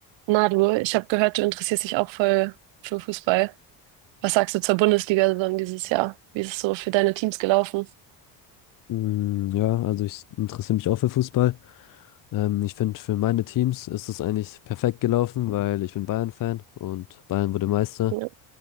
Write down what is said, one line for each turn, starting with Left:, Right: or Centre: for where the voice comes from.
Right: Na du, ich habe gehört, du interessierst dich auch voll für Fußball. Was sagst du zur Bundesliga-Saison dieses Jahr? Wie ist es so für deine Teams gelaufen?
Left: Mm, Ja, also ich interessiere mich auch für Fußball. Ähm, ich finde, für meine Teams ist es eigentlich perfekt gelaufen, weil ich bin Bayern-Fan und Bayern wurde Meister.
Right: Ja,